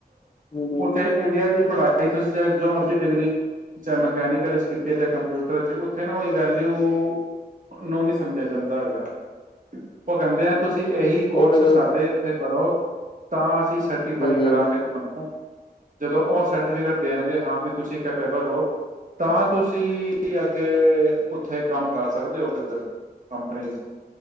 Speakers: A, on the left; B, on the right.
A: ਹੂੰ ਹੂੰ
B: ਉੱਥੇ ਇੰਡੀਆ ਦੀ, ਪੜ੍ਹਾਇਆ ਹੀ ਤੁਸੀਂ ਚਾਹੇ ਜੋ ਮਰਜ਼ੀ ਡਿਗਰੀ ਚਾਹੇ ਮਕੈਨੀਕਲ ਵਿੱਚ ਕੀਤੀ। ਜਾਂ ਕੰਪਿਊਟਰ ਚ ਉੱਥੇ ਨਾ ਉਹ ਔਈਓ ਵੈਲਿਊ ਨੂੰ ਨੀ ਸਮਝਿਆ ਜਾਂਦਾ ਹੈਗਾ ਉਹ ਕਹਿੰਦੇ ਆ ਤੁਸੀਂ। ਇਹੀ ਕੋਰਸ
A: ਉਹ ਤਾਂ ਗੱਲ
B: ਸਾਡੇ ਇੱਥੇ, ਕਰੋ ਤਾਂ, ਅਸੀ ਸਰਟੀਫਾਈ
A: ਹੂੰ
B: ਕਰਾਂਗੇ
A: ਹੂੰ
B: ਤੁਹਾਨੂੰ। ਜਦੋਂ ਉਹ ਸਰਟੀਫਿਕੇਟ ਦੇਣਗੇ ਹਾਂ ਵੀ ਤੁਸੀਂ ਕੈਪੇਬਲ ਹੋ ਤਾਂ, ਤੁਸੀਂ ਅੱਗੇ ਉੱਥੇ ਕੰਮ ਕਰ ਸਕਦੇ ਹੋ ਕਿੱਧਰ ਕੰਪਨੀ,